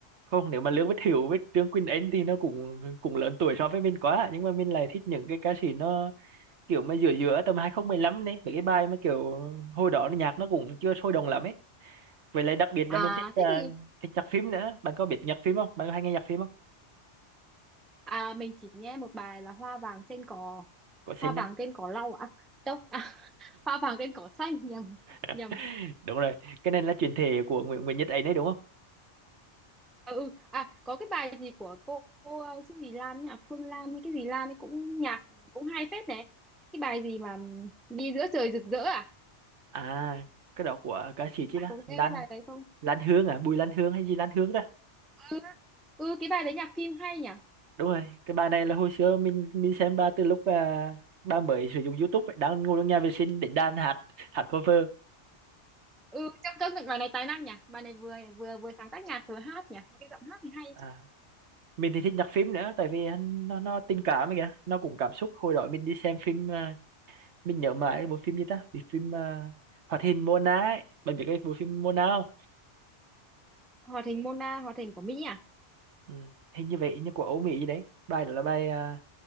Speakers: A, on the right; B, in the centre.
A: không nếu mà Lương Bích Hữu với Trương Quỳnh Anh thì nó cũng cũng lớn tuổi so với mình quá nhưng mà mình lại thích những cái ca sĩ nó kiểu mà giữa giữa tầm 2015 đấy mấy cái bài mà kiểu hồi đó là nhạc nó cũng chưa sôi động lắm ấy vậy lại đặc biệt là
B: à
A: mình thích à,
B: thế thì
A: thích nhạc phim nữa bạn có biết nhạc phim không bạn có hay nghe nhạc phim không
B: à mình chỉ nghe một bài là Hoa vàng trên cỏ
A: có xin
B: hoa vàng
A: á
B: trên cỏ lau à đâu à, <laughs> hoa vàng trên cỏ xanh nhầm
A: <laughs>
B: nhầm
A: đúng rồi cái này là chuyển thể của Nguyễn Nguyễn Nhật ấy đấy đúng không
B: ừ à có cái bài gì của cô, cô ờ, cái gì Lan ấy nhỉ Phương Lan hay cái gì Lan ấy cũng nhạc cũng hay phết này cái bài gì mà đi giữa trời rực rỡ à
A: à cái đó của ca sĩ chứ
B: bạn
A: đó
B: có
A: Lan
B: nghe cái bài đấy không
A: Lan Hương à Bùi Lan Hương hay gì Lan Hương ta
B: ừ ừ cái bài đấy nhạc phim hay nhỉ
A: đúng rồi cái bài này là hồi xưa mình mình xem ba từ lúc à, ba mới sử dụng YouTube ấy, đang ngồi trong nhà vệ sinh định đàn hát hát cover
B: ừ trong công nhận bài này tài năng nhỉ bài này vừa vừa vừa sáng tác nhạc vừa hát nhỉ mà cái giọng hát thì hay
A: à
B: chứ
A: mình thì thích nhạc phim nữa tại vì hắn- nó nó tình cảm ấy kìa nó cũng cảm xúc hồi đó mình đi xem phim à, mình nhớ mãi bộ phim gì ta bị phim à, hoạt hình Mona ấy bạn biết cái bộ phim Mona không
B: hoạt hình Mona hoạt hình của Mỹ à
A: ừ, hình như vậy như của Âu Mỹ gì đấy bài đó là bài à,